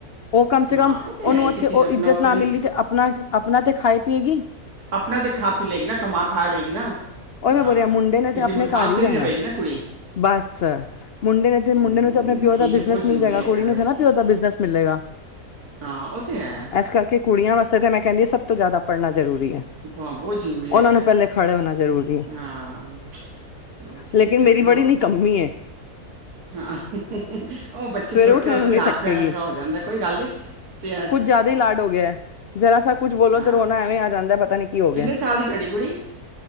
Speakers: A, on the left (about 65°); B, on the right (about 80°).
A: ਓ ਕਮ ਸੇ
B: ਹਾਂ
A: ਕਮ
B: ਉਹ ਤੇ
A: ਓਨੂੰ
B: ਹੈ ਹੀ
A: ਓਥੇ
B: ਕਿਸੇ ਦਾ
A: ਓ
B: ਆਪਣਾ
A: ਇੱਜਤ
B: ਉਹ
A: ਨਾ
B: ਨਹੀਂ
A: ਮਿਲੀ ਤੇ ਆਪਨਾ, ਆਪਨਾ ਤੇ ਖਾਏ ਪੀਏਗੀ।
B: ਆਪਨਾ ਤੇ ਖਾ ਪੀ ਲੇਗੀ ਨਾ, ਕਮਾ, ਖਾ ਲੇਗੀ ਨਾ।
A: ਉਹ
B: ਹਾਂ
A: ਮੈਂ ਬੋਲਿਆ ਮੁੰਡੇ ਨੇ
B: ਕਿਸੇ
A: ਤੇ ਆਪਣੇ
B: ਮੁਥਾਜ
A: ਘਰ ਹੀ
B: ਤੇ
A: ਰੇਣਾ।
B: ਨਹੀਂ ਰਵੇਗੀ ਨਾ ਕੁੜੀ
A: ਬਸ ਮੁੰਡੇ ਨੇ ਤੇ
B: ਹਮ,
A: ਮੁੰਡੇ ਨੂੰ ਤੇ ਆਪਣੇ
B: ਨਹੀਂ
A: ਪਿਓ
B: ਠੀਕ
A: ਦਾ ਬਿਜਨਸ
B: ਹੈ ਬਹੁਤ ਜ਼ਰੂਰੀ
A: ਮਿਲ ਜਾਏਗਾ।
B: ਹੈਗਾ
A: ਕੁੜੀ ਨੂੰ
B: ਵੇ
A: ਥੋੜਾ ਪਿਓ ਦਾ ਬਿਜਨਸ ਮਿਲੇਗਾ।
B: ਹਾਂ, ਓ ਤੇ ਹੈ।
A: ਇਸ ਕਰਕੇ ਕੁੜੀਆਂ ਮੈਂ ਕਹਿੰਦੀ ਸਭ ਤੋਂ ਜ਼ਿਆਦਾ ਪੜ੍ਹਨਾ ਜ਼ਰੂਰੀ ਏ।
B: ਬ ਬਹੁਤ ਜ਼ਰੂਰੀ
A: ਉਹਨਾ
B: ਹੈਗਾ
A: ਨੂੰ
B: ਹੈ,
A: ਪਹਿਲੇ ਖੜੇ ਹੋਣਾ ਜ਼ਰੂਰੀ ਹੈ
B: ਹਾਂ ਚਲ ਠੀਕ
A: ਲੇਕਿਨ
B: ਹੈ,
A: ਮੇਰੀ
B: ਆਪਣਾ
A: ਬੜੀ
B: ਹੋਰ
A: ਨਿਕੰਮੀ
B: ਕੀ।
A: ਹੈ
B: ਹਾਂ ਉਹ ਬੱਚੇ
A: ਸਵੇਰੇ
B: ਛੋਟੇ
A: ਉੱਠਣੇ
B: ਹੁੰਦੇ
A: ਨੂੰ ਨਹੀਂ
B: ਲਾਟ
A: ਥੱਕੇਗੀ
B: ਪਿਆਰ ਛਰਾ ਹੋ ਜਾਂਦਾ ਕੋਈ ਗੱਲ ਨੀ ਤੇ
A: ਕੁੱਝ ਜ਼ਿਆਦਾ ਹੀ ਲਾਡ ਹੋ ਗਿਆ। ਜਰਾ ਸਭ ਕੁੱਛ ਬੋਲੋ
B: ਹਾਂ,
A: ਤਾਂ ਰੋਣਾ ਐਵੇਂ ਆ ਜਾਂਦਾ ਪਤਾ ਨੀ ਕੀ ਹੋ
B: ਕਿੰਨੇ
A: ਗਿਆ।
B: ਸਾਲ ਦੀ ਤੁਹਾਡੀ ਕੁੜੀ?